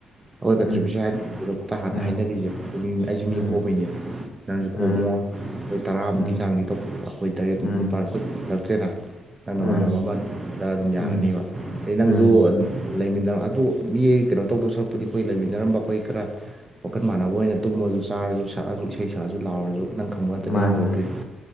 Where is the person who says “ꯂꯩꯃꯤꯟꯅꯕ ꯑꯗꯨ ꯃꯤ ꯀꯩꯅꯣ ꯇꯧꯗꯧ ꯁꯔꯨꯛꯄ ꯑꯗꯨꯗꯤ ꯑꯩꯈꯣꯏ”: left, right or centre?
Right